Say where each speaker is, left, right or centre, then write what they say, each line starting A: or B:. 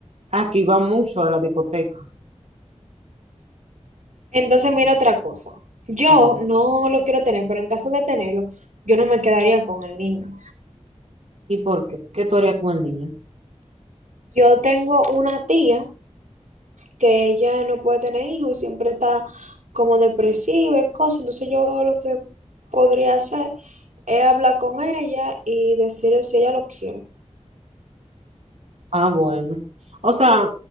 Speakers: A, on the right; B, on the right.
A: aquí va mucho a la discoteca.
B: Entonces, mira otra cosa. Yo
A: Dime,
B: no lo quiero tener, pero en caso de tenerlo, yo no me quedaría con el niño.
A: ¿Y por qué? ¿Qué tú harías con el niño?
B: Yo tengo una tía que ella no puede tener hijos, siempre está como depresiva y cosas. Entonces, yo lo que podría hacer es hablar con ella y decirle si ella lo quiere.
A: Ah, bueno. O sea,